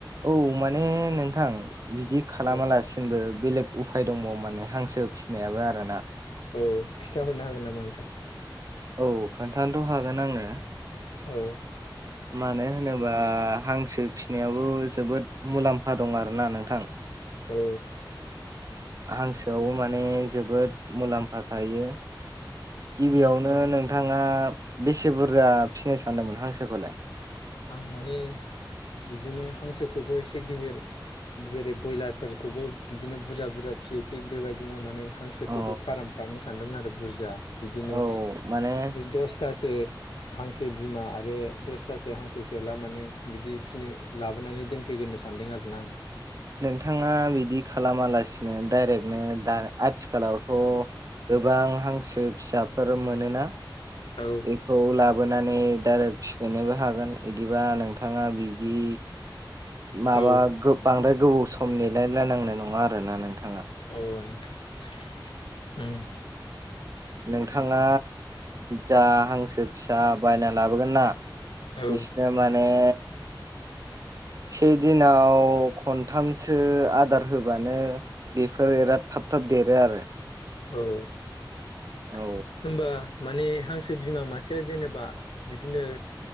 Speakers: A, on the right (about 45°); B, on the left (about 85°).
A: औ माने नोंथां बिदि खालामालासेनबो
B: औ
A: बेलेग उफाय दंबावो माने हांसो फिसिनायाबो आर ना
B: औ खिन्थाहरनो हागोन नामा नोंथां?
A: औ खोन्थानोथ' हागोन आङो
B: औ
A: मानो होनोबा हांसो फिनायाबो जोबोद मुलाम्फा दं आरोना नोंथां।
B: औ
A: हांसोआवबो माने जोबोद मुलाम्फा थायो गिबियावनो
B: उम
A: नोंथाङा बेसे बुरजा फिनो सानदोंमोन हांसोखौलाय?
B: आं माने बिदिनो हांसोखौबो एसे गिदिर जेरै बयलारफोर खौबो बिदिनो बुरजा-बुरजा फियै थिक बेबाय दिनो माने हांसोखौबो
A: औ
B: फार्म खालामनो सानदोंमोन आरो बुरजा बिदिनो
A: औ माने
B: दस थासो हांसो बिमा आरो दसथा सो हांसो जोला माने बिदि फिनो लाबोनानै दोनफैग्रोनो सानदों आरोना
A: नोंथाङा बिदि खालामालासिनो डाइरेक्टनो दा आथिखालावथ' गोबां हांसो फिसाफोर मोनोना
B: औ
A: बेखौ ला बोनानै दारेक्ट फिफैनोबो हागोन बिदिबा नोंथाङा बिदि माबा
B: औ
A: गो बांद्राय गोबाव सम नेलायलायनांनाय नङा आरोना नोंथां।
B: अ नोंथां उम
A: नोंथाङा जा हांसो फिसा बायना लाबोगोन ना?
B: औ
A: बिसनो माने
B: <inaudible>
A: से दिनाव खनथामसो आदार होबानो बेफोर बिराद थाब थाब देरो आरो
B: औ <inaudible>
A: औ
B: होनबा माने हांसो बिमा मासेया जेनेबा बिदिनो